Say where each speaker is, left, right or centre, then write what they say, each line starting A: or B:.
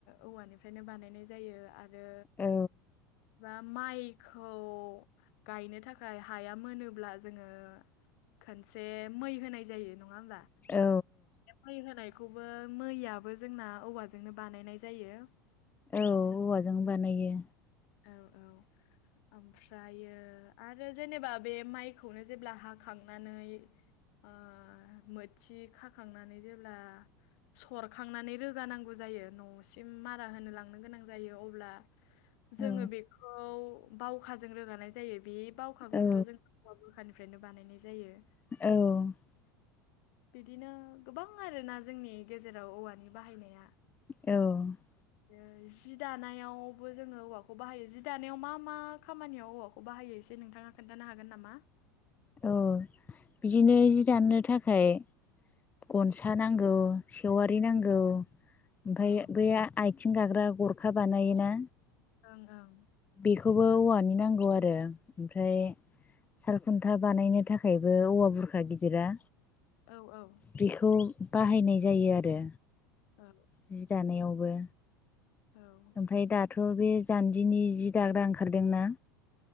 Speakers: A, on the left; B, on the left.
A: औवानिफ्रायनो बानायनाय जायो आरो
B: औ
A: बा माइखौ गायनो थाखाय हाया मोनोब्ला जोङो खनसे मै होनाय जायो नङा होमबा
B: औ
A: मै होनायखौबो मैयाबो जोंना औवाजोंनो बानायनाय जायो।
B: औ औवाजों बानायो
A: औ औ। ओमफ्रायो आरो जेनेबा बे माइखौनो जेब्ला हाखांनानै ओ मोथि खाखांनानै जेब्ला सरखांनानै रोगानांगौ जायो न'सिम मारा होनो लांनो गोनां जायो अब्ला जोङो
B: औ
A: बेखौ बावखाजों रोगानाय जायो बे बावखाखौबोथ'
B: औ
A: जों औवा बुरखानिफ्रायनो बानायनाय जायो।
B: औ
A: बिदिनो गोबां आरोना जोंनि गेजेराव औवानि बाहायनाया
B: औ
A: ओ जि दानायावबो जोङो औवा खौ बाहायो जि दानायाव मा मा खामानियाव औवाखौ बाहायो एसे नोंथाङा खोन्थानो हागोन नामा?
B: औ बिदिनो जि दानो थाखाय गनसा नांगौ सेवारि नांगौ ओमफ्राय
A: औ ओं
B: बै आथिं गाग्रा गरखा बानायोना
A: ओं ओं
B: बेखौबो औवानि नांगौ आरो ओमफ्राय सालखुन्था बानायनो थाखायबो औवा बुरखा गिदिरा
A: औ औ।
B: बेखौ बाहायनाय जायो आरो
A: औ
B: जि दानायावबो
A: औ
B: ओमफ्राय दाथ' बे जान्जिनि जि दाग्रा ओंखारदोंना